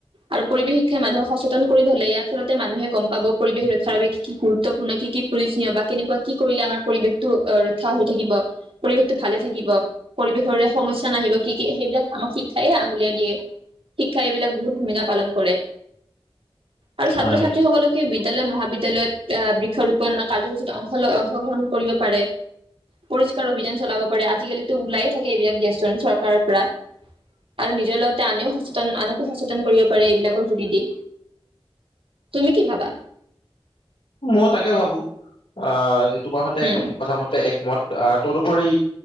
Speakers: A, on the right (about 65°); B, on the left (about 75°).
A: আৰু পৰিৱেশ শিক্ষাই মানুহক সচেতন কৰি তোলে। ইয়াৰ ফলতে মানুহে গম পাব পৰিৱেশ ৰক্ষাৰ বাবে কি কি গুৰুত্বপূৰ্ণ, কি কি প্ৰয়োজনীয় বা কেনেকুৱা কি কৰিলে আমাৰ পৰিৱেশটো ৰক্ষা হৈ থাকিব। পৰিৱেশটো ভালে থাকিব, পৰিৱেশৰে সমস্যা নাহিব, কি কি সেইবিলাক আমাক শিক্ষাই আঙুলিয়াই দিয়ে, শিক্ষাই এইবিলাক বহুত ভূমিকা পালন কৰে। আৰু ছাত্ৰ
B: হয়,
A: ছাত্ৰী সকলকে, বিদ্যালয়, মহাবিদ্যালয়ত আহ বৃক্ষৰোপণ কাৰ্যসূচীত অংশ অংশগ্ৰহণ কৰিব পাৰে। পৰিষ্কাৰ অভিযান চলাব পাৰে আজিকালিতো ওলাইে থাকে এইবিলাক গেছ চৰকাৰৰ পৰা আৰু নিজৰ লগতে আনেও সচেতন আনকো সচেতন কৰিব পাৰে এইবিলাকৰ যোগেদি। তুমি কি ভাবা?
B: মইও তাকে ভাবো আহ তোমাৰ সৈতে একদম
A: উম
B: কথা মতে এক মত তদুপৰি